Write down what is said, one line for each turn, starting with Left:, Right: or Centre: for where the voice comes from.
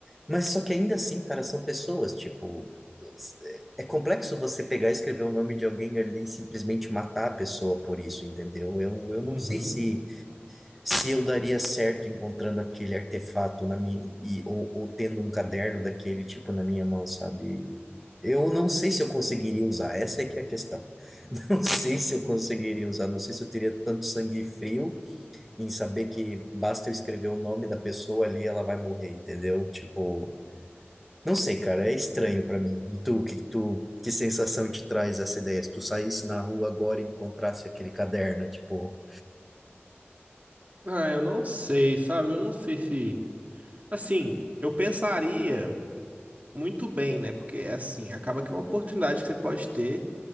Centre: mas só que ainda assim, cara, são pessoas, tipo, é é complexo você pegar e escrever o nome de alguém ali e simplesmente matar a pessoa por isso, entendeu? Eu, eu
Right: Uhum.
Centre: não sei se se eu daria certo encontrando aquele artefato na minha e, ou, ou tendo um caderno daquele tipo na minha mão, sabe? Eu não sei se eu conseguiria usar, essa é que é a questão. <laughs> Não sei se eu conseguiria usar, não sei se eu teria tanto sangue frio em saber que basta eu escrever o nome da pessoa ali, ela vai morrer, entendeu? Tipo, não sei, cara, é estranho pra mim. E tu, que tu, que sensação te traz essa ideia? Se tu saísse na rua agora e encontrasse aquele caderno, tipo,
Right: Ah, eu não sei, sabe? Eu não sei se. Assim, eu pensaria muito bem, né? Porque, assim, acaba que é uma oportunidade que você pode ter